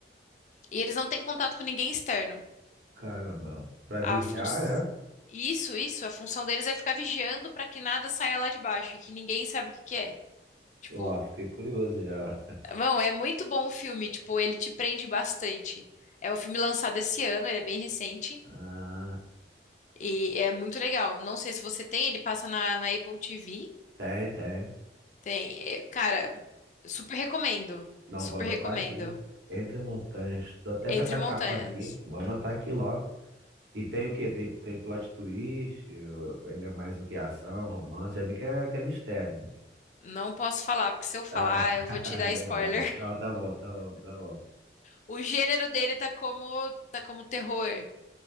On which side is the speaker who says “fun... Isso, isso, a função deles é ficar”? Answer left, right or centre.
Left